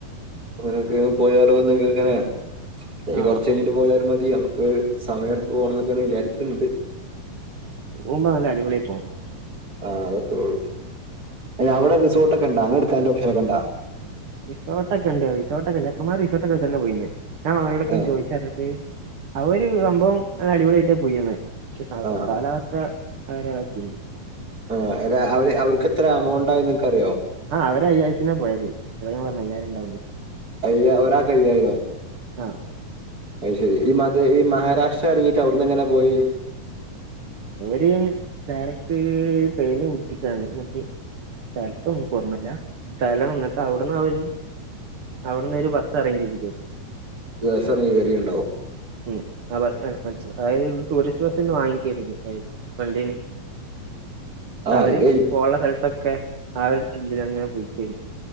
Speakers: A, on the right (about 25°); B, on the right (about 45°).
A: അങ്ങനൊക്കെ പോയാറോ അങ്ങനെയാണ് ഇഞ്
B: ആ
A: കൊറച്ചഴിഞ്ഞിട്ട് പോയാലും മതി നമുക്ക് സമയമടുത്ത് പോകണം എന്നൊക്കെ വിചാരിക്ണ്ട്
B: പോവുമ്പോ അങ്ങനെ അടിപൊളായിട്ട് പോണം
A: ആഹ് അത്രേള്ളൂ. അവിടെ റിസോർട്ട് ഒക്കണ്ട അത്ഇടുകാനുള്ള ഓപ്ഷനക്കെണ്ടാ
B: റിസോർട്ടൊക്കെ ഉണ്ട്. റിസോർട്ടൊക്കെ ചക്കന്മാർ റിസോർട്ടൊക്ക തന്നെ പോയി ഞാൻഓരോടൊക്കെ
A: ഏഹ്
B: ചോയിച്ചറിഞ്ഞട്ട്.. അവര് സംഭവം അടിപൊളിയായിട്ടാ പോയി്യന്ന് ക്ഷ
A: ആഹ്
B: കാലാവസ്ഥ അവരാളൊക്കെ
A: ആ അല്ല അവര് അവർക്ക് എത്ര എമൗണ്ടയി നിക്കറിയോ
B: ആഹ് അവര് അയ്യായിരത്തിനാ പോയത്, <unintelligible> ഞാൻ പറഞ്ഞു അയ്യായിരം ഇണ്ടാവുന്നു.
A: അയ്യ ഒരാൾക്കയ്യായിരോ
B: ആ
A: അത് ശരി. ഈ മത ഈ മഹാരാഷ്ട്ര ഇറങ്ങിട്ട് അവിടുന്നങ്ങനെ പോയി.
B: അവര് ഡയറക്ട് ട്രെയിന് വിളിച്ചിട്ടാണ് മറ്റേ <unintelligible> ഓർമല്ല സ്ഥലം <unintelligible> അവിടുന്ന് അവര് അവിട്ന്ന് ഒരു ബസ്സ് അറേഞ്ച് ചെയ്തിക്കെ.
A: ബസ് എറങ്ങി കേറീട്ടുണ്ടാവും.
B: ഉം ആ ബസ് <unintelligible> അതായത് ടൂറിസ്റ്റ് ബസ് ഇന്ന് വാങ്ങിക്കരുത് <unintelligible> വണ്ടീന്
A: ആഹ്
B: അവര്
A: ഇത്
B: പോള്ള സ്ഥലത്തൊ ഒക്കെ ആ ഒരു ഇതിലങ്ങനെ പോയ്ക്കേനി